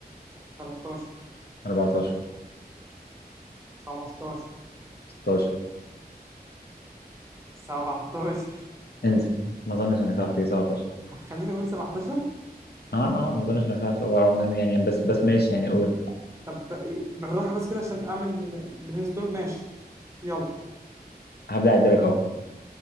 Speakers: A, on the right; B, on the left.
A: تلاتاشر
B: أربعتاشر
A: خمستاشر
B: ستاشر
A: سبعتاشر
B: انزل ما أظنش إنك تعرف تيجي سبعتاشر
A: هتخليني أقول سبعتاشر
B: أه أه ما أظنش إنك تعرف تقول أو من يعني بس بس ماشي يعني قول
A: طب بالراحة بس كده عشان أعمل برين ستورم ماشي يلا
B: هبدأ أعدلك أهو